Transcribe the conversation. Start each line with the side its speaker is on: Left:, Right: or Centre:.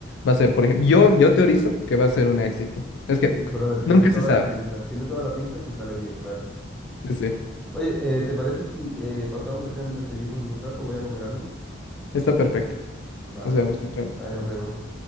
Left: va a ser, por ejemplo, yo, yo teorizo que va a ser un éxito. Es que
Centre: Y, brother, tiene
Left: nunca
Centre: toda
Left: se sabe.
Centre: la pinta, tiene toda la pinta si sale bien, claro.
Left: Sí, sí,
Centre: Oye, eh, ¿te parece si eh, pasamos la charla y la seguimos en un rato? Voy a comer algo.
Left: está perfecto.
Centre: Va,
Left: Nos vemos, chao, chao.
Centre: ahí nos vemos.